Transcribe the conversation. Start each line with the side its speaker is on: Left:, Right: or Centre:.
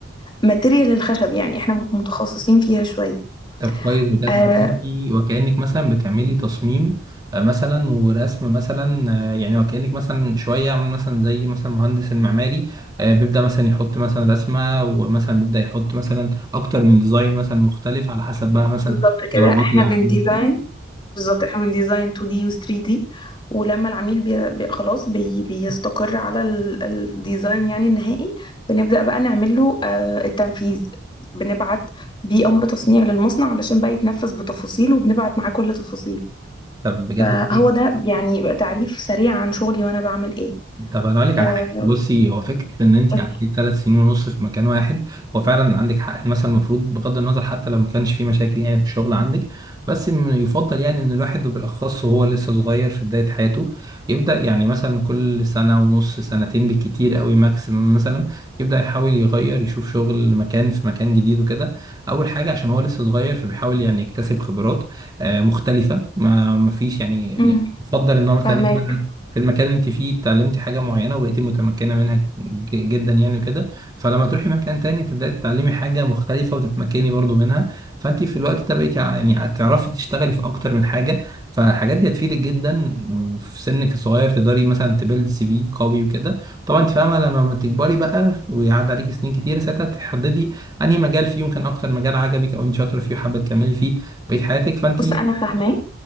Left: ماتيريال الخشب يعني احنا م- متخصصين فيها شوية
Right: طب كويس بجد
Left: آه
Right: انتي وكأنك مثلا بتعملي تصميم آه، مثلا ورسم مثلا آه، يعني وكأنك مثلا شوية عامل مثلا زي مثلا المهندس المعماري آه، بيبدأ مثلا يحط مثلا رسمة ومثلا بيبدأ يحط مثلا أكتر من ديزاين مثلا مختلف على حسب بقى مثلا
Left: بالظبط كده
Right: طلبات
Left: احنا
Right: العميل
Left: بنديزاين بالظبط احنا بنديزاين 2D و 3D ولما العميل بي بي خلاص بي بيستقر على ال- الديزاين يعني النهائي بنبدأ بقى نعمل له آه التنفيذ بنبعت بيه أمر تصنيع للمصنع علشان بقى يتنفذ بتفاصيله وبنبعت معاه كل تفاصيل
Right: طب بجد
Left: فهو ده يعني تعريف سريع عن شغلي وأنا بعمل إيه
Right: طب انا اقول لك
Left: آه
Right: على حاجه بصي هو فكره ان انت
Left: قولي.
Right: قعدتي ثلاث سنين ونص في مكان واحد هو فعلا عندك حق مثلا المفروض بغض النظر حتى لو ما كانش في مشاكل يعني في الشغل عندك بس إن يفضل يعني ان الواحد وبالاخص وهو لسه صغير في بدايه حياته يبدا يعني مثلا كل سنه ونص سنتين بالكتير قوي ماكسيمم مثلا يبدا يحاول يغير يشوف شغل مكان في مكان جديد وكده اول حاجه عشان هو لسه صغير فبيحاول يعني يكتسب خبرات آه، مختلفه ما ما فيش يعني يعني
Left: مم،
Right: يفضل ان هو مثلا
Left: فهماك
Right: في المكان اللي انت فيه اتعلمتي حاجة معينة وبقيتي متمكنة منها ج- جدا يعني وكده فلما تروحي مكان تاني تبدأي تتعلمي حاجة مختلفة وتتمكني برضو منها فانت في الوقت ده بقيتي ع- يعني هتعرفي تشتغلي في اكتر من حاجة فالحاجات دي هتفيدك جدا وفي سنك الصغير تقدري مثلا تبيلد سي في قوي وكده طبعا انت فاهمة لما ما تكبري بقى ويعدي عليك سنين كتير ساعتها تحددي انهي مجال فيه يمكن اكتر مجال عجبك او انت شاطرة فيه وحابة تكملي فيه بقية حياتك فانت
Left: بص انا فاهماك